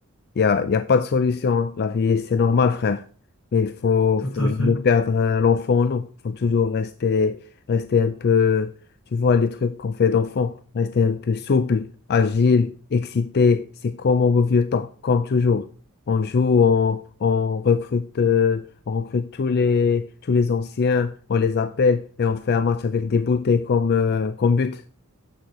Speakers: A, on the left; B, on the left.
A: Il n'y a, y a pas de solution. hein. La vie, c'est normal, frère. Mais il faut,
B: Tout
A: faut
B: à
A: jamais
B: fait.
A: perdre euh, l'enfant en nous. Il faut toujours rester, rester un peu, tu vois, les trucs qu'on fait d'enfant. Rester un peu souple, agile, excité. C'est comme au vieux temps, comme toujours. On joue, on, on recrute, euh, on recrute tous les, tous les anciens, on les appelle et on fait un match avec des bouteilles comme, euh, comme but.